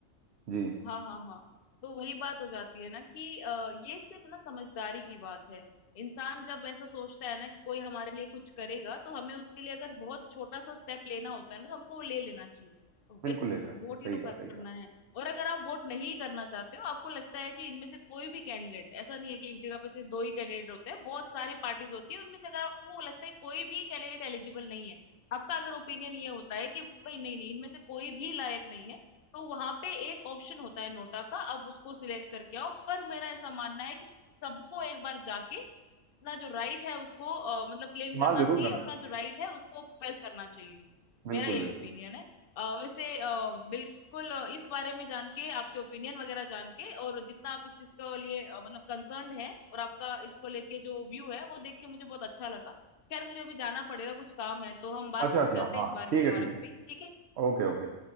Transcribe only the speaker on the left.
हाँ हाँ हाँ तो वही बात हो जाती है ना कि अ, ये सिर्फ ना समझदारी की बात है इंसान जब ऐसा सोचता है ना कि कोई हमारे लिए कुछ करेगा तो हमें उसके लिए अगर बहुत छोटा सा स्टेप लेना होता है ना तो हमको वो ले लेना चाहिए तो
एक
वोट
ही तो
करना
है और अगर आप वोट नहीं करना चाहते हो आपको लगता है कि इनमें से कोई भी कैंडिडेट ऐसा नहीं है कि एक जगह पे सिर्फ दो ही कैंडिडेट होते हैं बहुत सारी पार्टीज होती है उनमें से अगर आपको लगता है कोई भी कैंडिडेट एलिजिबल नहीं है आपका अगर ओपिनियन ये होता है कि भाई नहीं नहीं इनमें से कोई भी लायक नहीं है तो वहां पे एक ऑप्शन होता है नोटा का अब उसको सिलेक्ट करके आओ पर मेरा ऐसा मानना है कि सबको एक बार जाके अपना जो राइट है उसको अ, मतलब क्लेम
करना
चाहिए
अपना
जो राइट है उसको प्रेस करना चाहिए
मेरा यही
ओपिनियन है अ, वैसे अ, बिल्कुल अ, इस बारे में जान के आपके ओपिनियन वगैरह जान के और जितना आप इस चीज के लिए अ, मतलब कंसर्न है और आपका इसको लेके जो व्यू है वो देख के मुझे बहुत अच्छा लगा खैर मुझे अभी जाना पड़ेगा कुछ काम है तो हम बात
करते
हैं इस बारे
में दोबारा
कभी
ठीक है